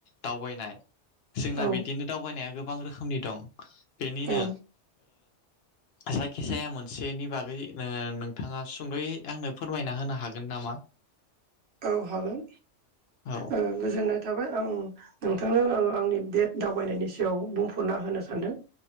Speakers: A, on the left; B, on the right.
A: दावबायनाय जोंना
B: औ
A: बिदिनो दावबायनाया गोबां गोबां रोखोमनि दं बेनिनो
B: औ
A: जायखिजाया मोनसेनि बागै नोंथाङा सुंद'यै आंनो फोरमायना होनो हागोन नामा
B: औ हागोन
A: औ
B: ओ गोजोननाय थाबाय आं नोंथांनो ओ आंनि बे दावबायनायनि सायाव बुंफुरना होनो सानदों